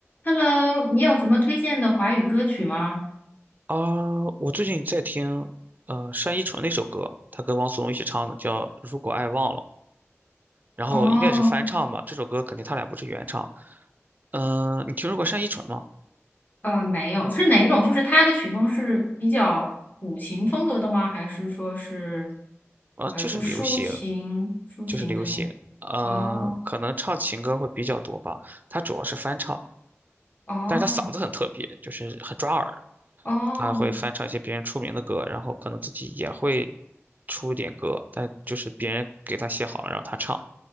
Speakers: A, on the left (about 35°); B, on the right (about 35°).
A: Hello，你有什么推荐的华语歌曲吗？
B: 啊，我最近在听，呃，单依纯那首歌，她跟汪苏泷一起唱的，叫《如果爱忘了》，然后应该也是翻唱吧。
A: 哦，
B: 这首歌肯定他俩不是原唱。嗯、你听说过单依纯吗？
A: 呃，没有，是哪种？就是他的曲风是比较古琴风格的吗？还是说是，
B: 啊，
A: 呃，
B: 就是流行，
A: 就抒情抒情的那？
B: 就是流行。嗯，
A: 哦
B: 可能唱情歌会比较多吧。她主要是翻唱，
A: 哦
B: 但是她嗓子很特别，就是很抓耳。
A: 哦
B: 她会翻唱一些别人出名的歌，然后可能自己也会出一点歌，但就是别人给她写好了然后她唱。